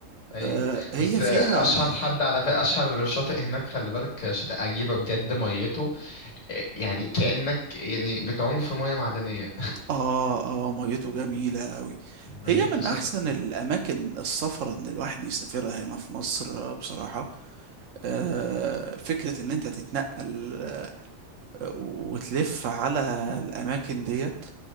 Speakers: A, on the left; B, on the right.
A: أيوه
B: آه هي
A: بس آه،
B: فيها
A: أشهر حد على فكرة أشهر شاطئ هناك خلي بالك آه، شاطئ عجيبة بجد ميته آه، يعني كأنك يعني بتعوم في مية معدنية
B: اه اه ميته جميلة أوي
A: ميته
B: هي من
A: صافية
B: أحسن الأماكن السفر إن الواحد يسافرها هنا في مصر آه، بصراحة آه فكرة إن أنت تتنقل آه، وتلف على الأماكن ديت